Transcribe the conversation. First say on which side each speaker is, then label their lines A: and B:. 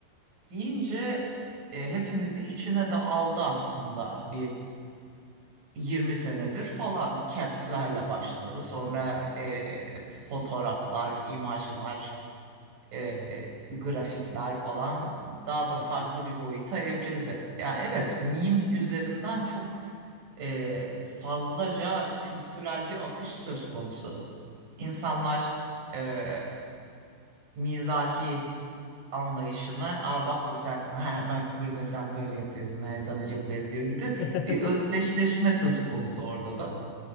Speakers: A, on the right; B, on the left.
A: deyince e, hepimizi içine de aldı aslında bir 20 senedir falan caps'lerle başladı. Sonra e, fotoğraflar, imajlar, e, grafikler falan daha da farklı
B: hı hı,
A: bir boyuta evrildi. Ya evet,
B: hı hı.
A: mim üzerinden çok e, fazlaca kültürel bir akış söz konusu. İnsanlar e, mizahi anlayışını aa bak bu sensin ha bak burada sen böyle yapıyorsun ha, sana çok benziyor gibi
B: <laughs>
A: bir özdeşleşme söz konusu orada da.